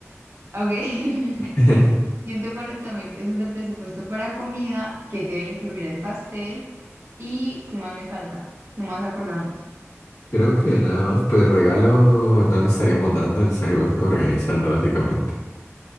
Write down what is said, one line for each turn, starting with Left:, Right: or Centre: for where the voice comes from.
Right: Ok. <laughs>
Left: <laughs>
Right: ciento cuarenta mil pesos de presupuesto para comida, que debe incluir el pastel. ¿Y qué más me falta? ¿Qué más acordamos?
Left: Creo que nada más, pues regalo no le estaríamos dando, le estaríamos organizando básicamente.